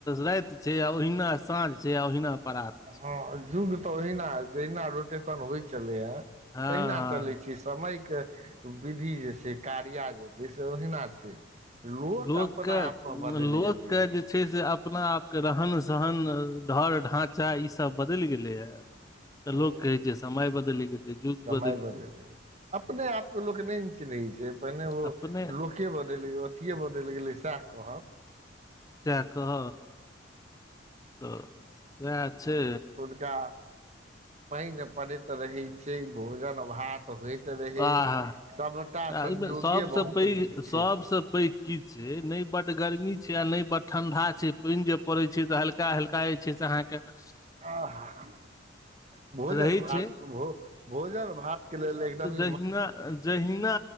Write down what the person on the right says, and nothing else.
हँ युग तऽ ओहिना जहिना एडोटेशन होइ छलै ह
तहिना
चलै छी समय केँ विधि यऽ से- कार्य जे छै से ओहिना छै लोक
अपना आप मे बदैल
गेलै है
हँ
समय
बदलि
गेलै अपने आप कऽ लोक नै न चिन्ह छै पहिने ओ
लोके बदैल गेलै अथे बदैल गेलै सेह कहत
<unintelligible> पाइन पड़ैत रहै छै भोजन भात होइत रहै
सभटा
संयोगे
बहुत
नीक
छै
<unintelligible> भोजन
भात
भो भोजन भात केँ लेल एकदम इ